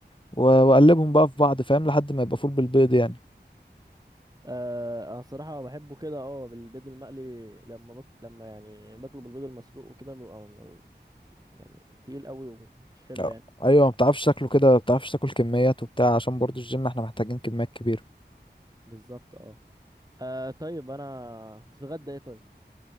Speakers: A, on the left (about 25°); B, on the right (about 20°).
A: و- واقلبهم بقى في بعض فاهم لحد ما يبقى فول بالبيض يعني
B: آه، انا صراحة بحبه كده اه بالبيض المقلي لما بك... لما يعني باكله بالبيض المسلوق وكده بيبقى م- يعني تقيل قوي ومش حلو
A: آه.
B: يعني
A: ايوه ما بتعرفش تاكله كده ما بتعرفش تاكل كميات وبتاع عشان برضو الجيم احنا محتاجين كميات كبيره
B: بالظبط اه آه، طيب انا بتتغدى ايه طيب